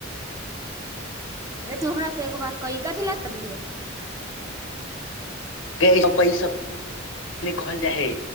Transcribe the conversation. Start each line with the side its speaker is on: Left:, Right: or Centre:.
Right: नहि तू हमरा से एगो बात कई कथी ल करलिहै
Left: ग पै सब कहल जाइ हय